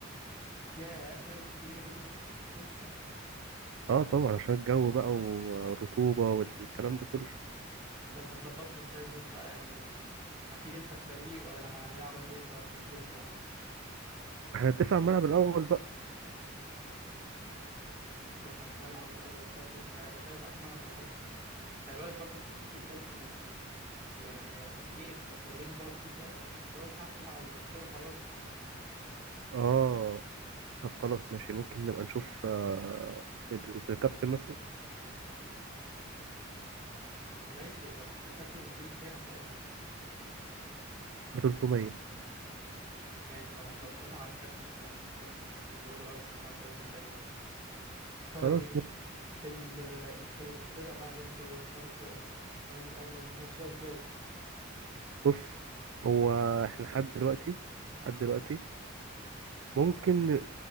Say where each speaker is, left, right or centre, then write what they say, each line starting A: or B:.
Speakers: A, on the right; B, on the right.
A: ياه فرق 100 جنيه ما بين الليل والصبح
B: اه طبعا عشان الجو بقى والرطوبه والكلام ده كله
A: طب هنظبطها ازاي طب بقى يعني هتيجي انت في فريق ولا هنلعب انا وانت ولا نعمل ايه بالظبط
B: احنا نتفق على الملعب الاول بقى
A: في على الملعب الاول طيب انت شايف انهي ملعب هيكون احسن خلي بالك برضه ممكن تجيب برضه يعني فريقين فالفريقين برضه فاهم اللي هو ساعه كده على المشاية وخلاص
B: اه طب خلاص ماشي ممكن نبقى نشوف آه، في في الكابتن مثلا
A: ماشي طب انت الكابتن قلت لي بكام طيب انا
B: ب 300
A: ماشي لو هتظبطها على الكابتن ماشي انا شايف الكابتن برضه ارض الملعب كويس قدامي طيب
B: خلاص
A: ال- الفريق الفرقه بقى هنعمل فيها ايه حوار الفرقه ده هن- يعني هنمشيها ازاي
B: بص هو احنا لحد دلوقتي لحد دلوقتي ممكن